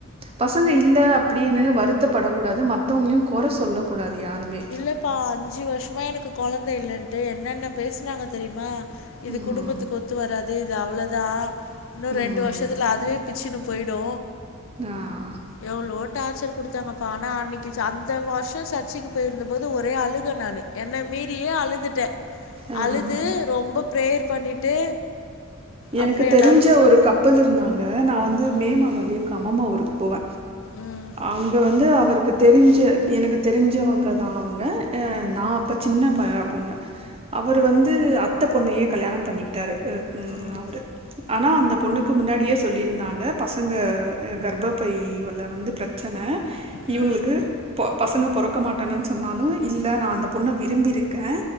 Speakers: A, on the right (about 30°); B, on the left (about 65°).
A: பசங்க இல்ல அப்டின்னு வ வருத்தப்படக்கூடாது மந்தவங்களையு குற சொல்லக்கூடாது யாருமே
B: இல்லப்பா அஞ்சு வருஷமா எனக்கு கொழந்த இல்லன்ட்டு என்னென்ன பேசுனாங்க தெரியுமா? இது
A: ம்
B: குடும்பத்துக்கு ஒத்து வராது இது அவ்ளோ தா இன்னு
A: ம்
B: ரெண்டு வர்ஷத்துல அதுவே பிச்சுனு போயிடு
A: ஆஹ்
B: எவ்வளோ டார்ச்சர் குடுத்தாங்கப்ப ஆனா அன்னைக்கு சந்தவர்ஷோ சர்ச்சிக்கி போயிருந்தபோது ஒரே அழுக நானு என்ன மீறியே அழுதுட்டே
A: ஆ
B: அழுது
A: ஆ
B: ரொம்ப பிரேயர் பண்ணிட்டு
A: எனக்கு
B: அப்புறம்
A: தெரிஞ்ச
B: எல்லாரும் சொ
A: ஒரு கப்பிள் இருந்தாங்க நா வந்து
B: ம்,
A: மே மாத லீவுக்கு அம்மம்மா ஊருக் போவ
B: ம்,
A: அங்க வந்து அப் அவருக்கு தெரிஞ்ச எனக்கு தெரிஞ்சவங்க தா அவங்க நா அப்ப சின்ன ப பொண்ணு அவர் வந்து அத் அத்த பொண்ணையே கல்யாணோ பண்ணிக்கி ன்டாரு ஆ இம்மே
B: ம்,
A: அவரு ஆனா அந்த பொண்ணுக்கு முன்னாடியே சொல்லிருந்தாங்க பசங்க அ கர்ப்பப்பை உள்ள வந்து பிரச்சன
B: ம்,
A: இவங்களுக்கு
B: ம்,
A: ப பசங்க போற பாக்க மாட்டாங்கன்னு சொன்னாலு இல்ல நா அந்த பொண்ண விரும்பியிருக்கே